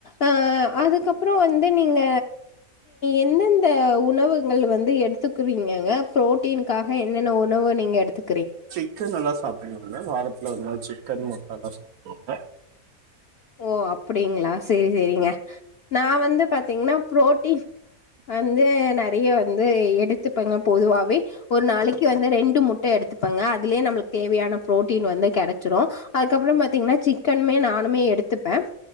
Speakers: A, on the left; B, on the right.
A: ஆஹ் அதுக்கப்புறம் வந்து நீங்க எந்தெந்த உணவுகள் வந்து எடுத்துக்குறீங்கங்க ப்ரோட்டீன்க்காக என்னென்ன உணவு நீங்க எடுத்துக்
B: சிக்கன் நல்லா சாப்பிடும்ல வாரத்துல ஒரு நாள் சிக் கறி மட்டனெல்லாம் சாப்பிடுவாங்க
A: ஓ அப்படிங்களா சேரி சேரிங்க நா வந்து பாத்தீங்கன்னா புரோட்டீன் வந்து நிறைய வந்து எடுத் எடுத்துப்பாங்க பொதுவாவே ஒரு நாளைக்கு வந்து ரெண்டு முட்டை எடுத்துப்பங்க அதுல நம தேவையான புரோட்டின் வந்து கிடைச்சிடும் அதுக்கப்பறம்த்தீங்கன்னா சிக் சிக்கனுமே நானுமே எடுத் எடுத்துப்பேன்